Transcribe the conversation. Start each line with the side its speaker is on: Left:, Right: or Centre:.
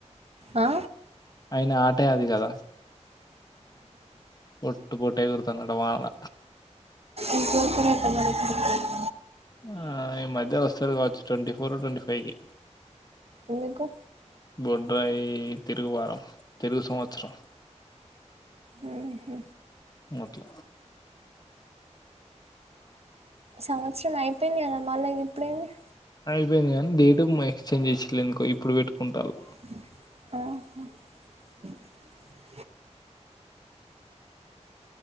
Right: ఆ
Left: అయిన ఆటే అది కదా పొట్టు పొట్టు ఎగురుతాండట వానల
Right: ఎపుడు వెళ్తావు మరి ఇంటికి
Left: ఆ ఈ మధ్య వస్తారు కావచ్చు ట్వంటీ ఫోర్ ట్వంటీ ఫైవ్ కి
Right: ఎందుకు
Left: బొడ్రాయి తిరుగు వారం తిరుగు సంవత్సరం
Right: ఉ హు
Left: ఓకే
Right: సంవత్సరం అయిపోయింది కదా మల్ల ఇప్పుడైంది
Left: అయింది కానీ డేట్ ఎక్స్చేంజ్ చేసిల్లు ఎందుకొ ఇప్పుడు పెట్టుకుంటరు
Right: ఆహ